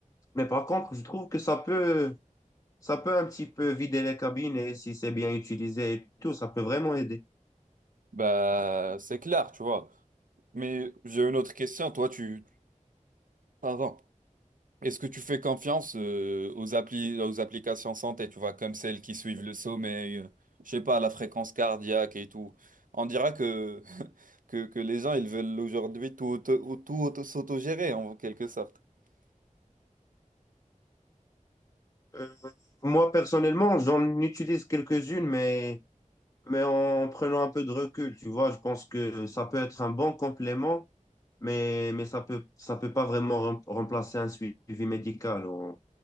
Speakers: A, on the left; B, on the right.
A: Mais par contre, je trouve que ça peut, ça peut un petit peu vider les cabinets si c'est bien utilisé et tout. Ça peut vraiment aider.
B: Bah, c'est clair, tu vois. Mais j'ai une autre question. Toi, tu... Pardon. Est-ce que tu fais confiance euh, aux appli- aux applications santé, tu vois, comme celles qui suivent le sommeil, euh, je sais pas, la fréquence cardiaque et tout. On dira que, <laughs> que, que les gens, ils veulent aujourd'hui tout, auto- ou tout auto- s'autogérer en quelque sorte. <laughs>
A: Euh, moi, personnellement, j'en utilise quelques-unes, mais, mais en prenant un peu de recul, tu vois, je pense que ça peut être un bon complément, mais, mais ça peut, ça peut pas vraiment rem- remplacer un suivi médical. On,